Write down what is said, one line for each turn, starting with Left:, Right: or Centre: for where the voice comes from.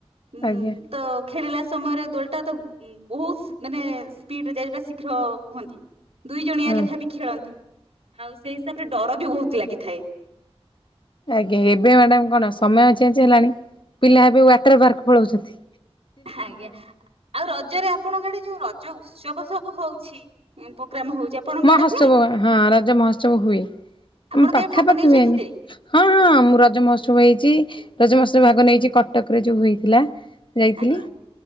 Right: ଉଁ
Left: ଆଜ୍ଞା
Right: ତ ଖେଳିଲା ସମୟରେ ଦୋଲଟା ତ ଉଁ ବୋହୁସ୍ ମାନେ ସ୍ପିଡ୍ ରେ ଯାଏ ଯୋଉ ଟା ଶୀଘ୍ର କୁହନ୍ତି। ଦୁଇ ଜଣିଆ
Left: ହଁ।
Right: ଲେଖାଏଁ ବି ଖେଳନ୍ତି, ଆଉ ସେଇ ହିସାବରେ ଡର ବି ବୋହୁତ୍ ଲାଗିଥାଏ।
Left: ଆଜ୍ଞା ଏବେ ମ୍ୟାଡ଼ାମ କଣ ସମୟ ଚେଞ୍ଜ ହେଲାଣି ପିଲା ଏବେ ୱାଟର ପାର୍କ ପଳାଉଛନ୍ତି।
Right: ଆଜ୍ଞା, ଆଉ ରଜରେ ଆପଣଙ୍କ ଆଡେ ଯୋଉ ରଜ ଉତ୍ସବ ସବୁ ହଉଛି। ପ୍ରୋଗ୍ରାମ ହଉଛି ଆପଣଙ୍କ
Left: ମହୋତ୍ସବ
Right: ଆଡେ ହୁଏ
Left: ହଁ ରଜ ମହୋତ୍ସବ ହୁଏ। ଆମ
Right: ଆପଣ କେବେ
Left: ପାଖାପାଖି
Right: ଭାଗ ନେଇଛନ୍ତି
Left: ହୁଏନି।
Right: ସେଥିରେ
Left: ହଁ ହଁ ମୁଁ ରଜ ମହୋତ୍ସବ ହେଇଛି, ରଜ ମହୋତ୍ସବ ଭାଗ ନେଇଛି କଟକ ରେ ଯୋଉ ହୋଇଥିଲା। ଯାଇଥିଲି,
Right: ଆଜ୍ଞା